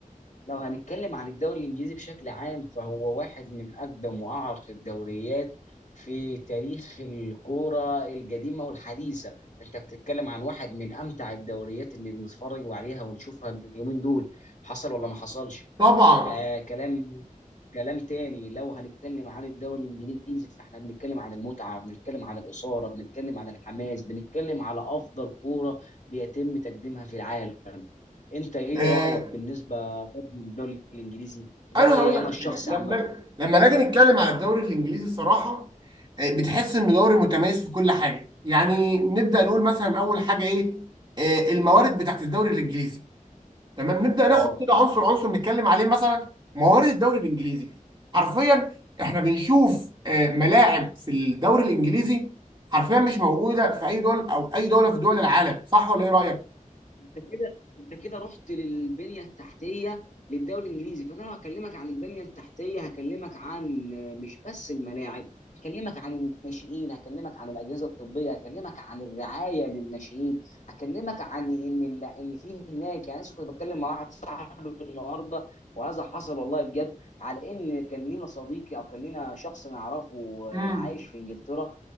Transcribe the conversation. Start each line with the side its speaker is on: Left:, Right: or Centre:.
Left: لو هنتكلم عن الدوري الإنجليزي بشكل عام فهو واحد من أقدم وأعرق الدوريات في تاريخ الكورة القديمة والحديثة أنت بتتكلم عن واحد من أمتع الدوريات اللي بنتفرج عليها ونشوفها اليومين دول حصل ولا ما حصلش
Right: طبعا
Left: آه كلام كلام تاني لو هنتكلم عن الدوري الانجليزي فاحنا بنتكلم عن المتعه بنتكلم عن الاثاره بنتكلم عن الحماس بنتكلم على افضل كوره بيتم تقديمها في العالم انت ايه
Right: آه،
Left: رايك بالنسبه برضه للدوري الانجليزي ده
Right: انا
Left: رايي
Right: هقول لك
Left: انا الشخصي
Right: حاجه لما
Left: عامه
Right: لما نيجي نتكلم على الدوري الانجليزي الصراحه آه، بتحس انه دوري متميز في كل حاجه يعني نبدا نقول مثلا اول حاجه ايه آه، الموارد بتاعت الدوري الانجليزي تمام نبدا
Left: اه
Right: ناخد كده عنصر عنصر نتكلم عليه مثلا موارد الدوري الانجليزي حرفيا احنا بنشوف آه، ملاعب في الدوري الانجليزي حرفيا مش موجوده في اي دول او اي دوله في دول العالم صح ولا ايه رايك
Left: انت كده انت كده رحت للبنيه التحتيه للدوري الانجليزي فانا لو هكلمك عن البنيه التحتيه هكلمك عن مش بس الملاعب هكلمك عن الناشئين هكلمك عن الاجهزه الطبيه هكلمك عن الرعايه للناشئين هكلمك عن ان ال- ان في هناك يعني أنا لسه كنت بتكلم مع واحد صاحبي النهارده وهذا حصل والله بجد على ان كان لينا صديقي او كان لينا شخص نعرفه
Right: امم
Left: عايش في انجلترا